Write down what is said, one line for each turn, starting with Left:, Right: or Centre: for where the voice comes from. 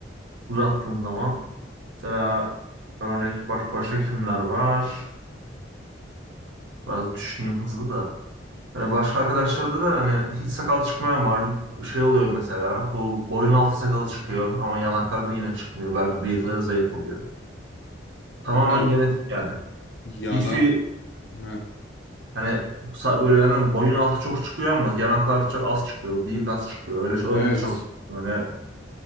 Right: Uzattığım zaman mesela örnek baş başka kimler var? Biraz düşüneyim hızlı da. Hani başka arkadaşlarda da hani hiç sakal çıkmayan var. Şey oluyor mesela bu boyun altı sakalı çıkıyor ama yanaklarda yine çıkmıyor. Belki bıyıkları zayıf oluyor. Tamamen
Left: Ya
Right: genetik yani.
Left: yanak
Right: Hiçbir
Left: Ha.
Right: hani sa- böyle hani boyun altı çok çıkıyor ama yanaklar çok az çıkıyor. Bıyık az çıkıyor. Öyle öyle
Left: Evet.
Right: çok. Yani